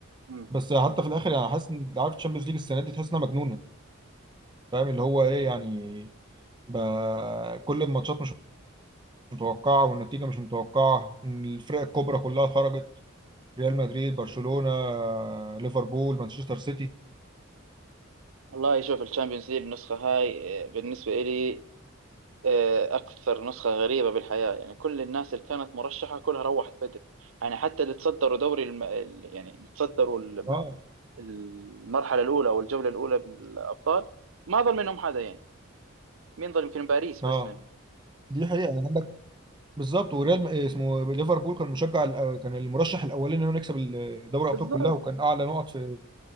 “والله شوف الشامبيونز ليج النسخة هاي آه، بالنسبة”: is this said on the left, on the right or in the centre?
Right